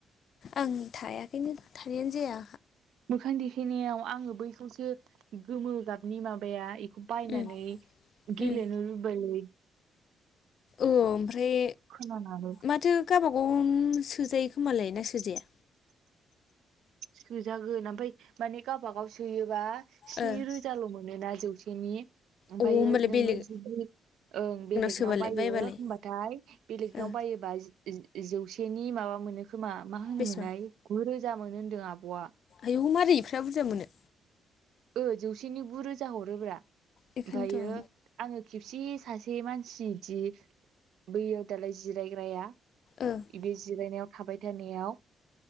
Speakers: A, on the left (about 60°); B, on the right (about 75°).
A: आं थायाखैनो थानायानो जाया
B: मोखां देखायनायाव आङो बैखौसो गोमो गाबनि माबाया बायनानै
A: उम
B: गेलेनो
A: उम
B: लुबैल
A: औ ओमफ्राय
B: खोनानानै
A: माथो गाबागाव सोजायो खोमालाय ना सोजाया
B: सोजागोन ओमफ्राय माने गाबागाव सोयोबा स्नि
A: ओ अ
B: रोजाल' मोनोना जौसे बेनि ओमफ्रायो
A: होमबालाय
B: नोंङो
A: बेलेग
B: जुदि ओं बेलेगनाव
A: सोबालाय
B: बायो
A: बायबालाय
B: होमबाथाय बेलेगनाव
A: ओ
B: बायोबा जौसेनि माबा मोनो खोमा मा होनोमोनलाय
A: बेसेबां
B: गुरोजा मोनो होन्दों आब' आ
A: आयौ मारै एफा बुरजा मोनो
B: ओ जौसेनि गु रोजा हरोब्रा
A: बेखायनोथ'
B: ओमफ्रायो
A: ओ
B: आंङो खेबसे सासे मानसि सिदि बैयो दालाय जिरायग्राया
A: ओ
B: बि जिरायनायाव थाबाय थानायाव